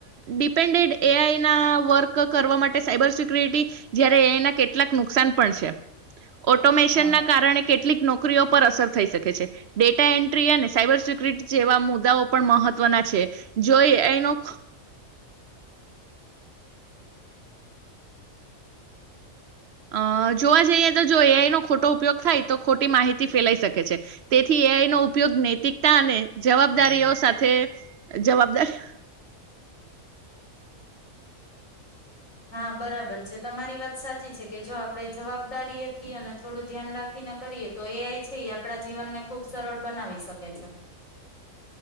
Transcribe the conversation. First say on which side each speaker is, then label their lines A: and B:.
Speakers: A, on the right (about 60°); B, on the left (about 70°).
A: ડિપેન્ડેડ એઆઈ ના વર્ક કરવા માટે સાયબર સિક્યુરિટી જય્યારે એઆઈના કેટલાક નુકસાન પણ છે. ઓટોમેશન
B: હા
A: ના કારણે કેટલીક નોકરીઓ ઉપર અસર થઈ શકે છે ડેટા એન્ટ્રી અને સાયબર સિક્યુરિટી જેવા મુદ્દાઓ પણ મહત્વના છે. જોઈ એનો અ જોવા જઈએ તો જો એઆઈ નો ખોટો ઉપયોગ થાય તો ખોટી માહિતી ફેલાઈ શકે છે તેથી એઆઈ નો ઉપયોગ નૈતિકતા અને જવાબદારીઓ સાથે જવાબદારી
B: હા બરાબર છે તમારી વાત સાચી છે કે જો આપણેે જવાબદારીઑથી અને થોડું ધ્યાન રાખીને કરીએ તો એ છે એ આપડા જીવનને ખુબ સરળ બનાવી શકે છે.